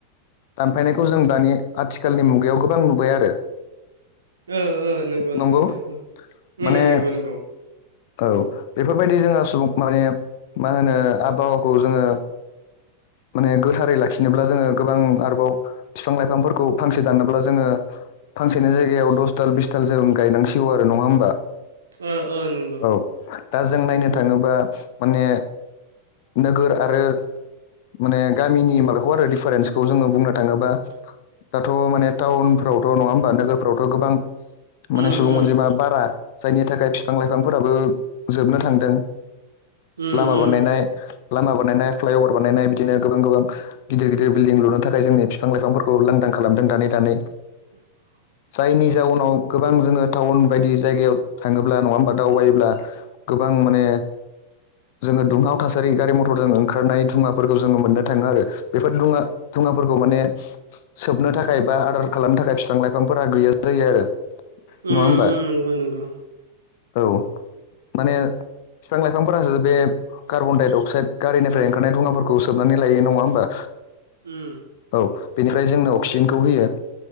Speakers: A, on the left (about 50°); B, on the right (about 70°).
A: दानफायनायखौ जों दानि आथिखालनि मुगायाव गोबां नुबाय आरो
B: ओ ओ नोंगौ
A: नंगौ
B: नोंगौ नोंथां उम
A: माने
B: उम नोंगौ नोंगौ
A: औ बेफोरबायदि जोंहा सुबुं माने मा होनो आबहावाखौ जोङो माने गोथारै लाखि बिनोब्ला जोङो गोबां आरोबाव बिफां लाइफांफोरखौ फांसे दानोब्ला जोङो फांसेनि जायगायाव दस दाल बिस दाल जों गायनांसिगौ आरो नङा होनोमबा
B: ओ ओ नों
A: औ दा जों नायनो थाङोबा माने नोगोर आरो माने गामिनि माबाखौ आरो दिडिफारेन्सखौ जोङो बुंनो थाङोबा दाथ' माने टाउनफ्रावथ' नङा होमबा नोगोरफ्रावथ' गोबां माने
B: उम
A: सुबुं
B: उम
A: अजेबा बारा जायनि थाखाय बिफां लाइफां फोराबो जोबनो थांदों
B: उम
A: लामा
B: उम
A: बानायनाय। लामा बानायनाय फ्लाइअभार बानायनाय बिदिनो गोबां गोबां गिदिर गिदिर बिल्डिं लुनो थाखाय जोंनि बिफां लाइफांफोरखौ लांदां खालामदों दानै दानै
B: <inaudible>
A: जायनि जाउनाव गोबां जोङो टाउन बायदि जायगायाव थाङोब्ला नङा होमबा? दावबायोब्ला गोबां माने जोङो दुंहाव थासारि गारि मथरजों ओंखारनाय मुवाफोरखौ जोङो मोननो थाङो आरो बेफोर दुङा दुङाफोरखौ माने सोबनो थाखाय बा आदार खालामनो थाखाय बििफां लाइफांफोरा गैया जायो आरो नङा
B: उम
A: होमबा?
B: नंगौ नंगौ।
A: औ माने बिफां लाइफांफोरासो बे कार्बन डाइ अक्साइद गारिनिफ्राय ओंखारनाय दुङाफोरखौ सोबनानै लायो नङा होमबा?
B: उओम
A: औ बेनिफ्राय जोंनो अक्सिजेनखौ होयो।